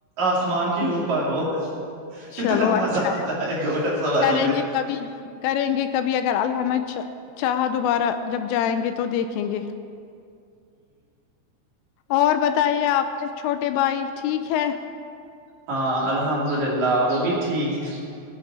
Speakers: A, on the right; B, on the left.
A: آسمان کے اوپر ہو اتنا
B: چلو
A: مزہ
B: اچھا
A: آتا
B: ہے
A: گھوڑا سواری
B: کریں
A: میں
B: گے کبھی کریں گے کبھی اگر اللہ نہ اا چاہا دوبارہ جب جائیں گے تو دیکھیں گے اور بتائیے آپ نے چھوٹے چٹے بائی ٹھیک ہے
A: ہاں الحمد للہ وہ بھی ٹھیک ہے